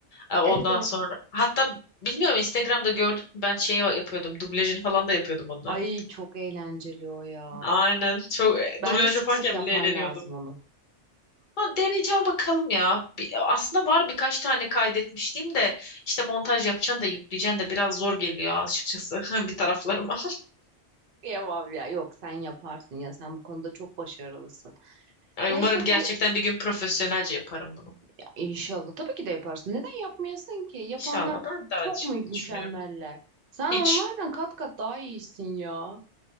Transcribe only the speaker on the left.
E, ondan
sonra hatta bilmiyorum Instagram'da gördüm ben şey yapıyordum dublajını falan da yapıyordum onların.
Aynen çok e,
dublaj
yaparken
bile eğleniyordum.
Ama deneyeceğim bakalım ya. Bir- aslında var birkaç tane kaydetmiştim de işte montaj yapacaksın da yükleyeceksin de biraz zor geliyor açıkçası <laughs> bir taraflarıma.
Ay,
umarım
gerçekten
bir gün profesyonelce yaparım bunu.
İnşallah ben de
aynı şekilde
düşünüyorum.
Hiç.